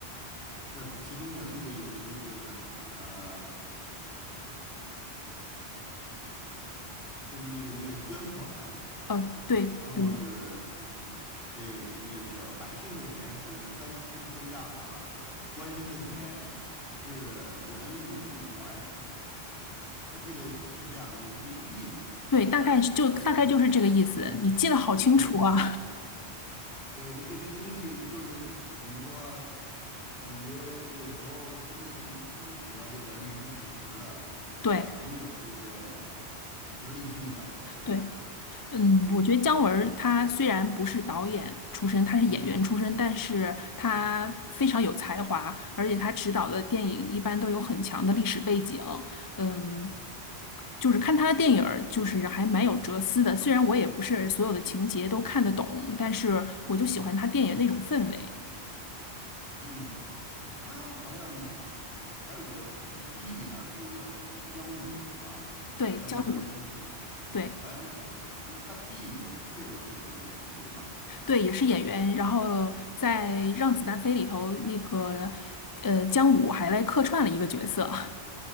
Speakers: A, on the left; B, on the left.
A: 是，其中我记得有一句就是，呃，就是那个那个捐款。
B: 呃，对，
A: 然后是
B: 嗯，
A: 对那个百姓的钱是三七的分账是吧？官绅的钱是原路奉还，我记得是这样的一个一个意思。
B: 对，
A: 但是原这个
B: 大概就大概就是这个意思。你记得好清楚啊。
A: 对对对，这个东西就是怎么说，感觉有时候真的挺符合这个历史史实的，
B: <laughs> 对。
A: 也挺有这个呃哲理性的，确实是，
B: 对，嗯，
A: 嗯。
B: 我觉得姜文儿他虽然不是导演出身，他是演员出身，但是他非常有才华，而且他执导的电影一般都有很强的历史背景。嗯，就是看他的电影儿，就是还蛮有哲思的。虽然我也不是所有的情节都看得懂，但是我就喜欢他电影那种氛围。
A: 嗯，他好像还有个是弟弟还是哥哥，是姜武是吧？
B: 对，
A: 姜文儿姜武，
B: 姜武，对
A: 好像他这他弟弟也是这个演员对吧？
B: 对，也是演员。然后在《让子弹飞》里头，那个呃，姜武还来客串了一个角色。